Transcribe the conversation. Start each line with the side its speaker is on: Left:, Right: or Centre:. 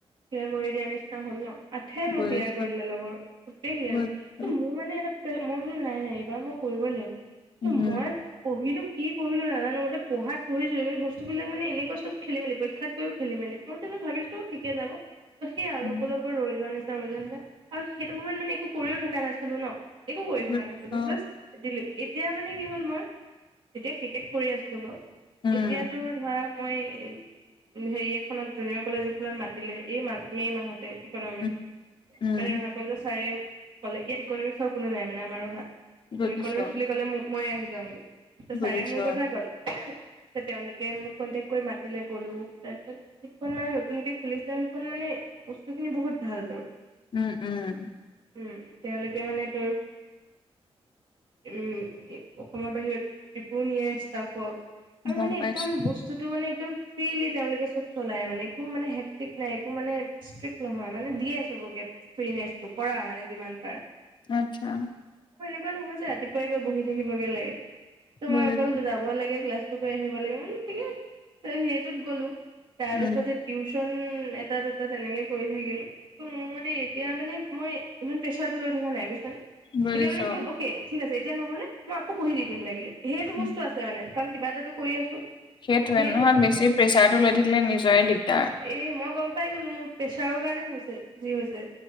Right: থিয়া কৰি দিয়া নিচিনা হল ন আঠাই মোৰ
Left: বুজিছো
Right: ক্লিয়াৰ কৰি দিলে লগৰ সবেই ক্লিয়াৰ
Left: বুজিছো
Right: কৰি ত মোৰ মানে এটা মই বোো নাই নাই এইবাৰ মই কৰিব লাগিব তুম
Left: উম
Right: মই পঢ়িলো কি পঢ়িলো নাজানো মো পঢ়াত পঢ়িলো কিন্তু বস্তুিলাক মানে এনেকুৱা চব খেলি মিৰীক্ষাত গৈও খেলি মেলি মই ত ভাবিছিলো ঠিকে যাব ত সেয়া
Left: উম
Right: অলপ অলপ ৰৈ যোৱা নিচয় আৰু সেইটো সময়ত মানে একো কৰিও থকা নাছিলো ন একো কৰি থকা
Left: বুজিছো
Right: নাছিলো জাষ্ট এতিয়া মানে কি হ'ল মই তেতিয়া কে্ৰিকেট কৰি আছো বাৰু
Left: উম
Right: এতিয়াতো ধৰা মই উ হেৰি এখনত জুনিয়ৰ কলেজ এখনত মাতিলে এই মাহ মে' মাহত ইকনমিক
Left: উম
Right: মানে
Left: উম
Right: ৰহ ক চাৰে ক'লে ইয়াত ইকনমিক্ৰ কোনো নাই মানে আমাৰ অাত
Left: বুজিছো
Right: ত ইকনমে বুলি ক'লে মই মই আহিছো যওঁগে ত
Left: বুজিছো
Right: ছাৰে মোৰ কথা কল তেওঁলোকে মোক কনটেক্ কৰি মাতিলে গলো তাৰপিছত যিখন মানে নতুনকে খুলিছে সেইখন মানে বস্তু খিনি বহুত ভাল তোৰ
Left: উম উম
Right: উম তেওঁলোকে মানে তোৰ উম অসমৰ বাহিৰত পুণীয়েে সষ্টফক আৰু
Left: গম
Right: মানে
Left: পাইছো
Right: একদম বস্তুতো মানে একদম ফ্ৰিলি তেওঁলোকে চব চলাই মানে একো মানে হেক্টিক নাই একো মানে ষ্ট্ৰিক্ট নহয় মানে দিয়ে চবকে ফ্ৰিনেচটো কৰা মানে যিমান পাৰা
Left: আচ্ছা
Right: এনেুৱা নহয় যে ৰাতিপুৱাই গৈ বহি থাকিবগে লাগে তোমাৰ
Left: বুজিছো
Right: অকল যাবই লাগে ক্লাছ আহিব লাগে মানে ঠিকে আছে সেইটোত গ'লো তাৰ পিছতেই
Left: উম
Right: টিউ এটা দুটা তেনেকে কৰি থাকিলো ত মোৰ মানে এতিয়া মানে মই ইমান প্ৰেচাৰটো লৈ থকা নাই বুজি
Left: বুজিছো
Right: এতিয়া মানে কি হয় অকে ঠিক আছে এতিয়া নহলেই আকৌ মই পঢ়ি দিম দিম লাগিলে সেইটো
Left: উম,
Right: বস্তু আছে মানে কাৰণ কিবা এটাো কৰি আছো
Left: সেইটোৱে
Right: সেইটো
Left: নহক বেছি প্ৰেছাৰটো লৈ থাকিলে নিজৰে দিগদাৰ
Right: এই মই গম পাই গলো মোৰ প্ৰেছাৰৰ কাৰণে হৈছে যি হৈছে